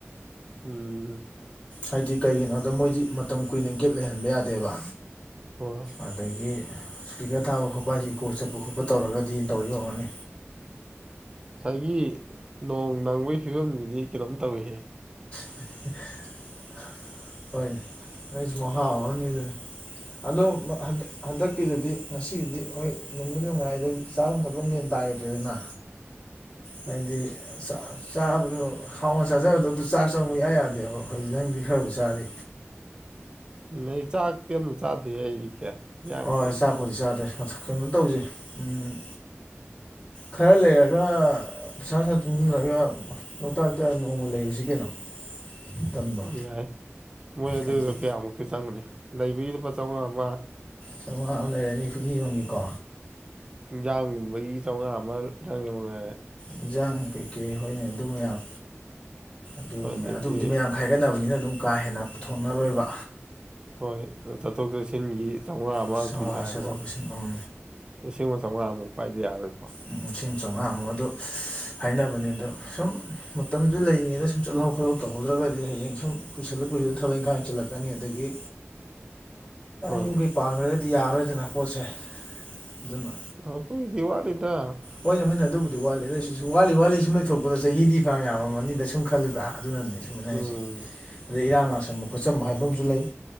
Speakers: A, on the right (about 20°); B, on the left (about 25°).
A: ꯎꯝ
B: ꯍꯥꯏꯗꯤ ꯀꯩꯒꯤꯅꯣꯗ ꯃꯣꯏꯗꯤ ꯃꯇꯝ ꯀꯨꯏꯅ ꯒꯦꯞ ꯂꯩꯍꯟꯕ ꯌꯥꯗꯦꯕ
A: ꯍꯣꯏ
B: ꯑꯗꯒꯤ ꯏꯁꯄꯤꯀꯔ ꯊꯥꯕ ꯈꯣꯠꯄ ꯍꯥꯏꯁꯤ ꯀꯣꯠ ꯆꯠꯄ ꯈꯣꯠꯄ ꯇꯧꯔꯒꯗꯤ ꯇꯧ ꯌꯣꯟꯉꯅꯤ
A: ꯉꯁꯥꯏꯒꯤ ꯅꯣꯡ ꯅꯪꯕꯒꯤ ꯐꯤꯕꯝꯗꯨꯗꯤ ꯀꯩꯅꯣꯝ ꯇꯧꯏꯍꯦ
B: ꯀ <inaudible> ꯍꯣꯏꯅꯦ ꯅꯣꯏꯁꯨ ꯃꯍ ꯍꯥꯎꯅꯤꯗꯨꯅꯤ ꯑꯗꯨꯟꯗ ꯍꯟꯗꯛꯀꯤꯗꯨꯗꯤ ꯉꯁꯤꯗꯤ ꯍꯣꯏ ꯂꯕ ꯅꯨꯡꯉꯥꯏ ꯑꯗꯨ ꯆꯥꯣꯟ ꯊꯛꯄ ꯃꯦꯟ ꯇꯥꯈꯤꯗ꯭ꯔꯦꯗꯅ
A: <inaudible>
B: ꯍꯥꯏꯗꯤ ꯆꯥꯕꯗꯣ ꯍꯥꯎꯅ ꯆꯥꯖꯕꯗ ꯑꯗꯨ ꯆꯥꯛ ꯆꯪꯕ ꯌꯥ ꯌꯥꯗꯦꯕ ꯑꯩꯈꯣꯏꯗꯤ ꯅꯪꯗꯤ ꯈꯔꯕꯨ ꯇꯁꯔꯤ
A: ꯅ ꯆꯥꯛꯇ ꯌꯥꯝ ꯆꯥꯗꯦ ꯑꯩꯗꯤ ꯀꯌꯥ ꯏꯟꯖꯥꯡ
B: ꯍꯣꯏ
A: ꯉꯥꯛꯇꯅꯤ
B: ꯆꯥꯛꯄꯨꯗꯤ ꯆꯥꯗꯦ ꯃꯊꯛ ꯀꯩꯅꯣ ꯇꯧꯁꯦ ꯎꯝ ꯈꯔ ꯂꯩꯔꯒ ꯄꯩꯁꯥꯅꯨꯡꯁꯥ ꯇꯤꯟꯁꯤꯜꯂꯒ ꯂꯣꯛꯇꯥꯛꯇ ꯅꯣꯡꯃ ꯂꯩꯔꯨꯁꯤ ꯀꯩꯅꯣ ꯇꯟꯕ꯭ꯔꯣ
A: ꯌꯥꯏ ꯃꯣꯏ ꯑꯗꯨꯗ
B: ꯍꯥꯏꯗꯤ
A: ꯀꯌꯥꯃꯨꯛꯇꯤ ꯆꯪꯒꯅꯤ ꯂꯩꯕꯒꯤ ꯂꯨꯄꯥ ꯆꯥꯝꯉꯥ ꯑꯃ
B: ꯆꯃꯉꯥ ꯑꯃ ꯂꯩꯔꯅꯤ ꯐꯨꯡꯅꯤ ꯃꯅꯤꯀꯣ
A: ꯏꯟꯖꯥꯡꯒꯨꯝꯕꯒꯤ ꯆꯥꯝꯃꯉꯥ ꯑꯃ ꯆꯪꯉꯦ ꯃꯉꯥꯏꯔꯦ
B: ꯌꯦꯟꯖꯥꯡ ꯀꯩꯀꯩ ꯍꯣꯏꯅꯦ ꯑꯗꯨ ꯃꯌꯥꯝ ꯑꯗꯨ
A: ꯍꯣꯏ ꯑꯗꯩꯗꯤ
B: ꯑꯗꯨꯕꯨꯗꯤ ꯃꯌꯥꯝ ꯈꯥꯏꯒꯠꯅꯕꯅꯤꯅ ꯑꯗꯨꯝ ꯀꯥ ꯍꯦꯟꯅ ꯄꯨꯊꯣꯛꯅꯔꯣꯏꯕ
A: ꯍꯣꯏ ꯑ ꯆꯠꯊꯣꯛ ꯆꯠꯁꯤꯟꯒꯤ ꯆꯥꯝꯃꯉꯥ ꯑꯃ
B: ꯆꯥꯝꯃꯉꯥ
A: ꯁꯨꯝ ꯍꯥꯏꯦꯔꯕꯣ
B: ꯆꯠꯊꯣꯛ ꯆꯠꯁꯤꯟ ꯎꯝ
A: ꯂꯤꯁꯤꯡ ꯑꯃ ꯆꯥꯝꯃꯉꯥꯃꯨꯛ ꯄꯏꯗ ꯌꯥꯔꯣꯏꯀꯣ
B: ꯂꯤ ꯑꯃ ꯆꯥꯝꯃꯉꯥꯃꯨꯛ ꯑꯗꯨ ꯍꯥꯏꯅꯕꯅꯦ ꯑꯗꯣ ꯁꯨꯝ ꯃꯇꯝꯁꯦ ꯂꯩꯔꯤꯉꯩꯅ ꯁꯨꯝ ꯆꯠꯍꯧ ꯈꯣꯠꯍꯧ ꯇꯧꯍꯧꯗ꯭ꯔꯒꯗꯤ ꯍꯌꯦꯡ ꯁꯨꯝ ꯀꯨꯏꯁꯜꯂ ꯀꯨꯏꯁꯜꯂꯒ ꯊꯕꯛ ꯏꯪꯈꯥꯡꯪꯁꯤꯜꯂꯛꯀꯅꯤ ꯑꯗꯒꯤ
A: ꯍꯣꯏ
B: ꯌꯨꯝꯩ ꯄꯥꯡꯈ꯭ꯔꯒꯗꯤ ꯌꯥꯔꯣꯏꯗꯅ ꯄꯣꯠꯁꯦ ꯑꯗꯨꯅ
A: ꯍꯈꯣꯏꯗꯤ ꯋꯥꯗꯗ
B: ꯍꯣꯏꯅ ꯍꯣꯏꯅ ꯑꯗꯨꯕꯨꯗꯤ ꯋꯥꯠꯂꯤ ꯑꯗꯁꯨ ꯋꯥꯠꯂꯤ ꯋꯥꯠꯂꯤ ꯁꯨꯝ ꯂꯩꯊꯣꯛꯄꯗ ꯆꯍꯤꯗꯤ ꯄꯥ ꯌꯥꯝꯕꯅꯤꯗ ꯁꯨꯝ ꯈꯜꯂꯨꯗ ꯑꯗꯨꯅꯅꯦ ꯑꯩ ꯁꯨꯝꯃꯅꯔꯤꯁꯦ
A: ꯎꯝ
B: ꯑꯗꯩ ꯏꯔꯥꯡ ꯂꯁꯕ ꯈꯣꯠꯁꯕ ꯍꯥꯏꯕ ꯑꯃꯁꯨ ꯂꯩ